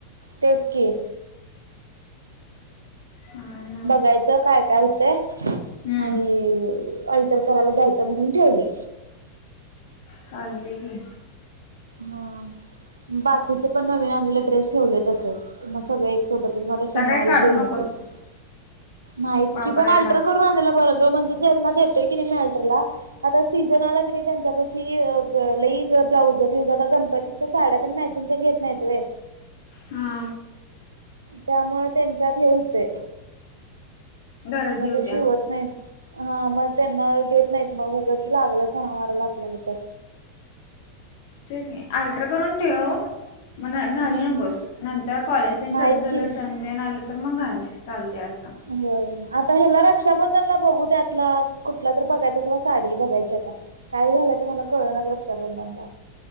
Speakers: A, on the right (about 75°); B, on the left (about 50°).
A: तेच की.
B: हा ना
A: बघायचं काय काय होतंय
B: हम्म
A: आणि अल्टर कराला जायायचं म्हणून ठेवले.
B: चालते की.
A: हां बाकीचे पण नवीन आणलेले ड्रेस ठेवले तसंच,, मग सगळे एक सोबतच आता शनिवारीच
B: काय काढू
A: देऊन
B: नकोस
A: येतो सगळं नाहीच
B: वापरायला
A: की, पण अल्ट्रर कर रून आणलेलं बरं गं म्हणजे ज्यांना देतोय की नाही मी अल्टरला, आता सीझन आला की नाही, त्यांच्या पाशी लई गं ब्लाऊजं बिवजं आता गणपतीच्या साड्या तेन मॅचिंगच्या घेत नाहीत व्हय
B: हा
A: त्यामुळे त्यांच्यात हे हुतंय,
B: गरजी
A: मग
B: होत्या
A: ते शिवत नाहीत. हा मग त्यांना देत नाहीत मग उगंच लागलं सणावारला आपल्याला तर,
B: तेच की अल्ट्रर करून ठेव. मण घालू
A: हम्म
B: नकोस नंतर कॉलेज तेन
A: नाहीच
B: चालू झालं,
A: की
B: सण तेन आलं तर मग घाल चालतंय असं.
A: होय आता ह्याला रक्षाबंधनला बघू त्यातला कुठला तर बघायचा किंवा साडी बघायची आता. काय घालायचं मला कळनाच रक्षाबंधनला.